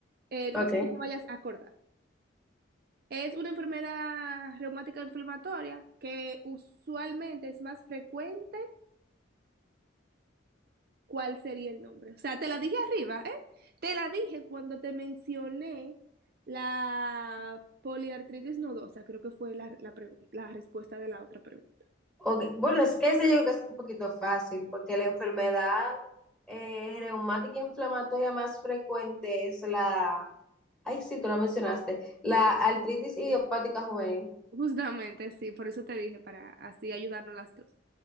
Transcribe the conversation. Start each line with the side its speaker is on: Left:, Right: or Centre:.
Right: Eh, no
Centre: Okay.
Right: sé si te vayas a acordar. Es una enfermedad reumática inflamatoria que usualmente es más frecuente. ¿Cuál sería el nombre? O sea, te la dije arriba, ¿eh? Te la dije cuando te mencioné la poliartritis nodosa, creo que fue la, la pregu- la respuesta de la otra pregunta.
Centre: Okay. Bueno, es que ese yo creo que es un poquito fácil, porque la enfermedad eh, reumática inflamatoria más frecuente es la, ay, sí, tú la mencionaste, la artritis idiopática juvenil.
Right: Justamente, sí, por eso te dije, para así ayudarnos las dos.